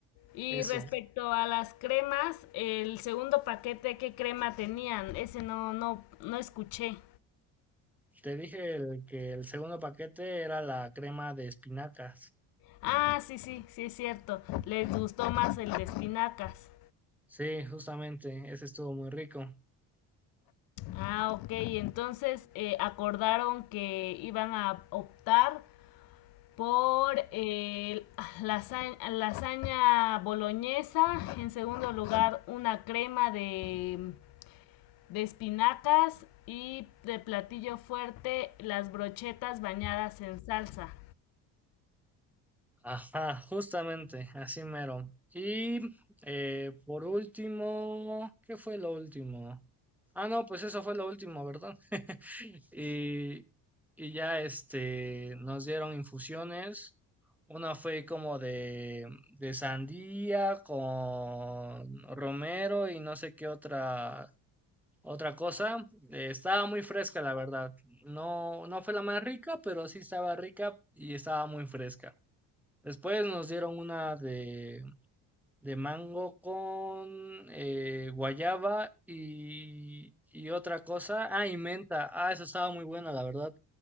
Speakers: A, on the left; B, in the centre.
A: Y
B: eso.
A: respecto a las cremas, el segundo paquete, ¿qué crema tenían? Ese no, no, no escuché.
B: Te dije el- que el segundo paquete era la crema de espinacas.
A: Ah, sí, sí, sí es cierto. Les gustó más el de espinacas.
B: Sí, justamente, ese estuvo muy rico.
A: Ah, ok. Entonces eh, acordaron que iban a optar por eh, lasaña, lasaña boloñesa. En segundo lugar, una crema de, de espinacas. Y de platillo fuerte, las brochetas bañadas en salsa.
B: Ajá, justamente, así mero. Y eh, por último, ¿qué fue lo último? Ah, no, pues eso fue lo último, ¿verdad? Y, y ya este, nos dieron infusiones. Una fue como de, de sandía con romero y no sé qué otra, otra cosa. Eh, estaba muy fresca, la verdad. No, no fue la más rica, pero sí estaba rica y estaba muy fresca. Después nos dieron una de, de mango con eh, guayaba y, y otra cosa. Ah, y menta. Ah, eso estaba muy buena, la verdad.